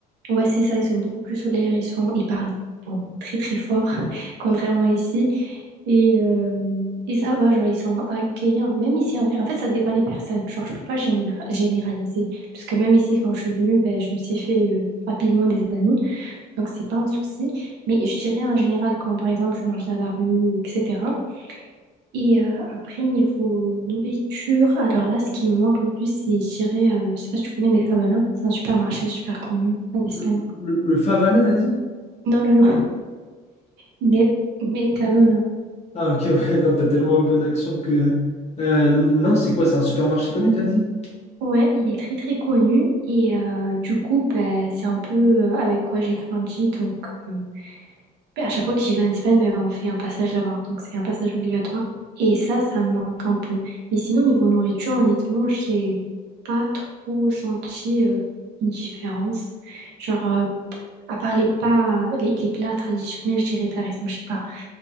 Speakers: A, on the right; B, on the left.
A: Ouais, c'est ça, ils sont beaucoup plus solaires, ils sont, ils parlent bon, très très fort, <laughs> contrairement ici. Et, euh, et ça va, genre, ils sont accueillants. Même ici, en vrai, en fait, ça dépend des personnes. Genre, je peux pas généra- généraliser. Parce que même ici, quand je suis venue, ben, je me suis fait euh, rapidement des amis. Donc, c'est pas un souci. Mais je dirais en général, quand par exemple, je marche dans la rue, ou etc. Et euh, après, niveau nourriture, alors là, ce qui me manque le plus, c'est, je dirais, euh, je sais pas si tu connais Mercadona, c'est un supermarché super connu en Espagne.
B: Le, le, le Favana, t'as dit?
A: Non, non, Mer- Mercadona.
B: Ah, ok, ouais, <laughs> non, t'as tellement un bon accent que. Euh, n- non, c'est quoi? C'est un supermarché connu, t'as dit?
A: Ouais, il est très très connu et euh, du coup, ben, c'est un peu euh, avec quoi j'ai grandi. Donc, euh, ben, à chaque fois que j'y vais en Espagne, ben, on fait un passage là-bas. Donc, c'est un passage obligatoire. Et ça, ça me manque un peu. Mais sinon, niveau nourriture, honnêtement, j'ai pas trop senti euh, une différence. Genre, euh, à part les pas, les, les plats traditionnels, je dirais par exemple, je sais pas,